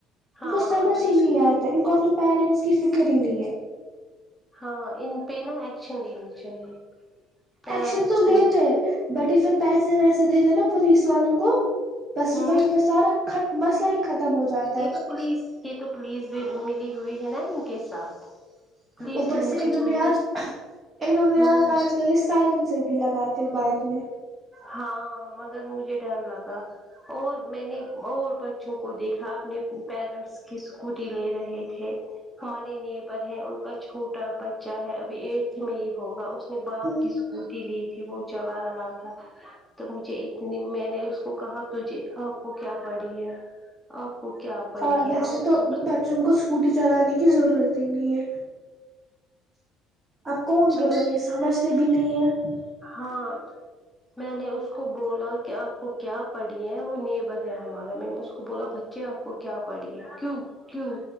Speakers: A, in the centre; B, on the right.
A: ہاں
B: ان کو سمجھ
A: یہ
B: ہی نہیں آتا ان کو اپنی پیرنٹس کی فکر ہی نہیں ہے
A: ہاں ان پہ نا ایکشن لینی چاہیے پیرنٹس
B: ایکشن تو لیتے
A: کو
B: ہیں بٹ یہ پھر پیسے ویسے دے دے ناں پولیس والوں کو بس
A: ہوں
B: وہیں پہ سارا خت مسئل ختم ہو جاتا
A: یہ
B: ہے
A: تو پولیس یہ تو پولیس بھی ملی ہوئی ہے نا ان کے ساتھ پولیس
B: اوپر
A: بھی ملی
B: سے انہوں
A: ہوئی
B: نے
A: ہے
B: آج انہوں نے
A: ہوں
B: آج آج کل سائلنسر بھی لگاتا تو بائک میں
A: ہاں مگر مجھے ڈر لگا اور میں نے اور بچوں کو دیکھا اپنے پیرنٹس اس کی اسکوٹی لے رہے تھے ہمارے نیبر ہیں ان کا چھوٹا بچہ ہے ابھی ایرٹھ میں ہی ہوگا اس اپنے باپ
B: ہ
A: کی اسکوٹی لی تھی وہ چلا رہا تھا تو مجھے اتنی میں نے اس کو کہا توجے آپ کو کیا پڑی ہے آپ کو کیا پڑی
B: اور ویسے
A: ہے آپ
B: تو
A: کو
B: بچوں کو اسکوٹی چلانے کی ضرورت ہی نہیں ہے آب کون بولیں
A: میں
B: گے سمجھتے بھی نہیں ہے
A: ہاں میں نے اس کو بولا کہ آپ کو کیا پڑھی ہے وہ نیبر ہے ہمارا میں نے اس کو بولا آپ کو کیا پڑی ہے کیوں کیوں